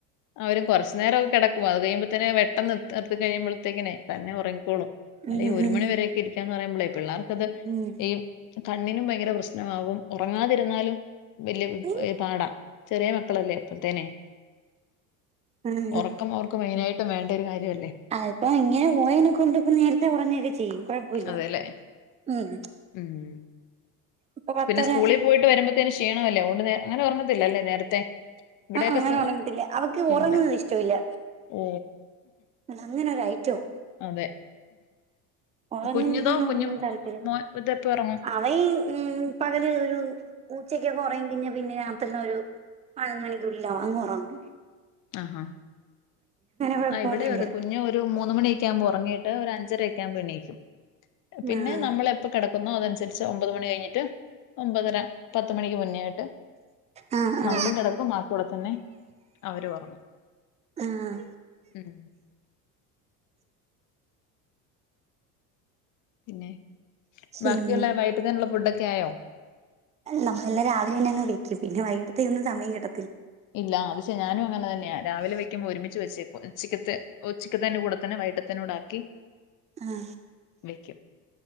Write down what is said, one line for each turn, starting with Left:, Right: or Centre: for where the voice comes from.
Left: അവരും കുറച്ചു നേരംക്കെ കിടക്കും. അത് കഴിയുമ്പോഴത്തേെന് വെട്ടം നിർ നിർത്തി കഴിയുമ്പോഴത്തേക്കനെ തന്നെ ഉറങ്ങിക്കോളും. അല്ലെ
Right: ഉം
Left: ഈ ഒരു മണി വരെയൊക്കെ ഇരിക്കാന്ന് പറയുമ്പോളേ പിള്ളേർക്കത്
Right: ഉം
Left: ഈ കണ്ണിനും ഭയങ്കര പ്രശ്നമാവും. ഉറങ്ങാതിരുന്നാലും വലിയ
Right: ഉം
Left: പാടാ. ചെറിയ മക്കളല്ലേ? അപ്പത്തേനെ
Right: ആഹ്
Left: ഉറക്കം അവർക്കും മെയിനായി ഇട്ട വേണ്ട ഒരു കാര്യല്ല
Right: അതിപ്പോ ഇങ്ങനെ പോയതിനെ കൊണ്ട്പ്പോ നേരത്തെ ഉറങ്ങൊക്കെ ചെയ്യും കുഴപ്പോല്ല
Left: അതെ അല്ലേ
Right: ഉം
Left: ഉം
Right: ഇപ്പൊ പത്തര
Left: പിന്നെ സ്കൂളിൽ പോയിട്ട് വരുമ്പോത്തേന് ക്ഷീണമല്ലേ അതോണ്ട് അങ്ങനെ ഒറഞ്ഞത്തില്ല അല്ലേ നേരത്തെ ഇവിടെയൊക്കെ
Right: ആഹ അങ്ങനെ
Left: സു
Right: ഉറങ്ങതില്ല അവക്ക് ഉറങ്ങുന്നത്
Left: ഇല്ല
Right: ഇഷ്ടമല്ല
Left: ഓ
Right: അതങ്ങനൊരൈറ്റവും
Left: അതെ
Right: ഉറങ്ങുന്നതിനോടൊന്നും
Left: കുഞ്ഞിതോ കുഞ്ഞു
Right: താല്പര്യം
Left: മോൻ ഇതെപ്പോ ഉറങ്ങും
Right: അവയി ഉ പകല് ഒരു ഉച്ചക്ക് ഒക്കെ ഒറങ്ങി കഴിഞ്ഞ പിന്നെ രാത്രില് ഒരു പതിനൊന്നു ണിക്കുള്ളില അങ്ങ് ഒറങ്ങും
Left: ആ ഹാ
Right: കുഴപ്പമൊന്നുമില്ല
Left: ഇവിടെയും അതെ കുഞ്ഞ് ഒരു മൂന്ന് മണി ഒക്കെ ആകുമ്പോ ഉറങ്ങീട്ടു ഒരഞ്ചര ഒക്കെ ആകുമ്പോ എണീക്കും പിന്നെ
Right: ആ
Left: നമ്മളെപ്പോ കിട ക്കുന്നോ അതനുസരിച്ച് ഒമ്പത് മണി കഴിഞ്ഞിട്ട് ഒമ്പതര പത്ത് മണിക്ക് മുന്നേ ആയിട്ട്
Right: ആ
Left: നമ്മളും
Right: ആ
Left: കിടക്കും ആ കൂടെ തന്നെ അവരും ഒറങ്ങും
Right: ആ
Left: ഉം പിന്നെ
Right: പിന്നെ
Left: ബാക്കിയുള്ള വൈകിട്ടത്തിനുള്ള ഫുഡൊക്കെ ആയോ
Right: നമ്മളെല്ല രാവില തന്നെ അങ് വെക്കും പിന്നെ വൈകിട്ടേതേന് ഒന്നും സമയം കിട്ട
Left: ഇല്ല അത് ശ ഞാനും അങ്ങനെ തന്നെയാ രാവിലെ വ <unintelligible> ഒരുമിച്ച് വെച്ചേക്കും ഉച്ചക്കത്തെ ഉച്ചക്കത്തിന്റെ കൂടെ തന്നെ വൈകിട്ടതെനുകൂടെ ആക്കി
Right: ആഹ
Left: വെക്കും